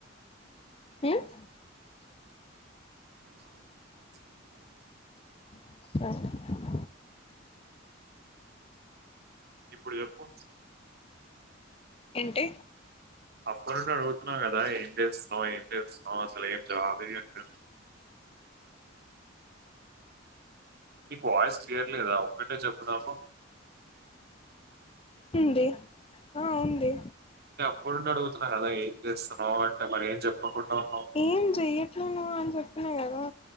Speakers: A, on the left (about 30°); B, on the right (about 55°).
A: ఉమ్,
B: ఆగు, ఆగు.
A: సరే
B: ఇప్పుడు చెప్పు
A: ఏంటి
B: అప్పడ్ ఉండి అడుగుతున్న కదా ఎం చేస్తునవ్ ఎం చేస్తున్నావ్ అసలు ఎం జాబ్ ఏ చేయట్లే నీకు వాయిస్ క్లియర్ లేదా ఒక్కటే చెప్పు నాకు
A: ఉంది ఆ ఉంది
B: అప్పటినుండి అడుగుతున్న కదా ఏమి చేస్తున్నావ్ అంటే మరి ఏమి చెప్పకుండా ఉన్నావ్
A: ఏం చేయట్లాలేను అని చెప్పిన కదా